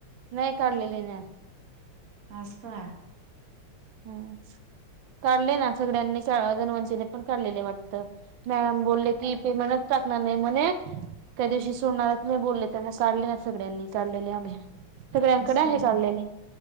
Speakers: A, on the right; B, on the right.
A: नाही काढलेले ना
B: असं हाय
A: हम् काढले ना सगळ्यांनी का <unintelligible> पण काढलेले वाटतं. मॅडम बोले की पेमेंटच टाकणार नाही म्हणे त्या दिवशी सोडणारच नाही बोलले त्यांना काढले ना सगळ्यांनी काढलेले आम्ही. सगळ्यांकडे
B: असं
A: आहे काढलेले